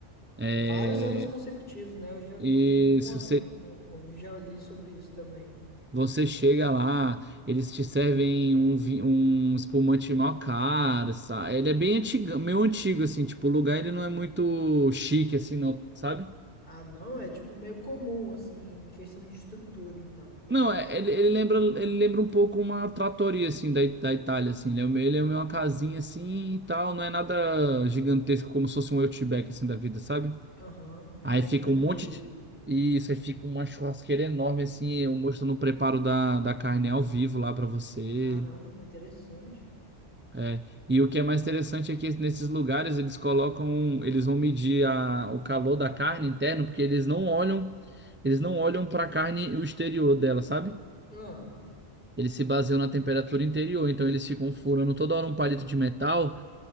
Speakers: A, on the right; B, on the left.
A: É,
B: Vários anos consecutivos, né? Eu já eu
A: isso,
B: vi uma, um, um- eu já li sobre isso também.
A: Você chega lá, eles te servem um, vi- um espumante mó caro, sabe? Ele é bem antigo, meio antigo, assim, tipo, o lugar ele não é muito chique, assim, não, sabe?
B: Ah, não, é tipo meio comum, assim, em questão de estrutura, então.
A: Não, é- ele, ele lembra, ele lembra um pouco uma trattoria, assim, da, I- da Itália, assim. Ele é, meio- ele é meio uma casinha, assim, e tal. Não é nada gigantesco, como se fosse um Outback, assim, da vida, sabe?
B: Aham, é
A: Aí
B: mais
A: fica
B: tranquilo.
A: um monte de... Isso, aí fica uma churrasqueira enorme, assim, eu mostrando o preparo da, da carne ao vivo lá pra você.
B: Caramba, que interessante.
A: É, e o que é mais interessante é que nesses lugares eles colocam, um, eles vão medir a, o calor da carne interno, porque eles não olham, eles não olham para a carne o exterior dela, sabe?
B: Ah,
A: Eles se baseiam na temperatura interior, então eles ficam furando toda hora um palito de metal,